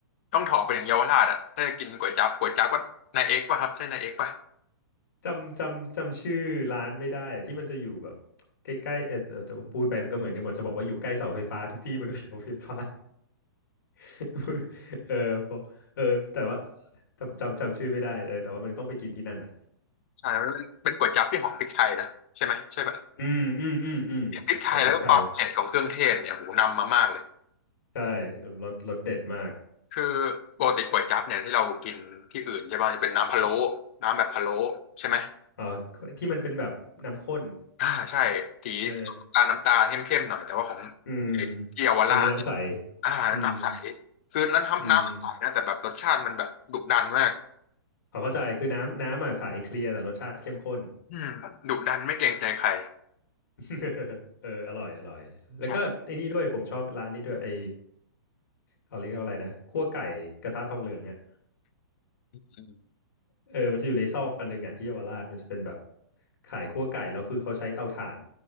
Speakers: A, on the left; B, on the left.
A: ต้องถอไปถึงเยาวราชอ่ะถ้าจะกินก๋วยจั๊บก๋วยจั๊บก็นายเอกป่ะครับใช่นายเอกป่ะ
B: จำจำจำชื่อร้านไม่ได้อะที่มันจะอยู่แบบใกล้ๆเออเออจะพูดไปมันก็เหมือนกันหมดจะบอกว่าอยู่ใกล้เสาไฟฟ้าทุกที่มันก็มีเสาไฟฟ้า <laughs> เออพอเออแต่ว่าจำจำจำชื่อไม่ได้เออแต่ว่ามันต้องไปกินที่นั่นอ่ะ
A: ใช่มันเป็นเป็นก๋วยจั๊บที่หอมพริกไทยนะใช่ไหมใช่ป่ะ
B: อืมอืมอืมอืมผมพริกไทย
A: พริกไทยแล้วก็ความเผ็ดของเครื่องเทศเนี่ยโหนำมามากเลย
B: ใช่รสรสเด็ดมาก
A: คือปกติก๋วยจั๊บเนี่ยที่เรากินที่อื่นใช่ป่ะจะเป็นน้ำพะโล้น้ำแบบพะโล้ใช่ไหม
B: อ๋อที่มันเป็นแบบน้ำข้น
A: อ่าใช่สีน้ำตาลน้ำตาลเข้มๆหน่อยแต่ว่าของ
B: เอออืม
A: ที่เยาวราช
B: อันนี้น้ำใส
A: อ่าน้ำใส
B: อืม
A: คือแล้วน้ำน้ำมันใสนะแต่แบบรสชาติมันแบบดุดันมาก
B: อืมเอาเข้าใจคือน้ำน้ำอ่ะใสเคลียร์แต่รสชาติเข้มข้น
A: อืมดุดันไม่เกรงใจใคร
B: <laughs> เอออร่อยอร่อยแล้วก็ไอ้นี่ด้วยผมชอบร้านนี้ด้วยไอ
A: ใช่
B: เอาเรียกว่าอะไรนะคั่วไก่กระทะทองเหลืองอ่ะ
A: อืม
B: เออมันจะอยู่ในซอกอันหนึงอ่ะที่เยาวราชมันจะเป็นแบบขายคั่วไก่แล้วคือเขาใช้เตาถ่าน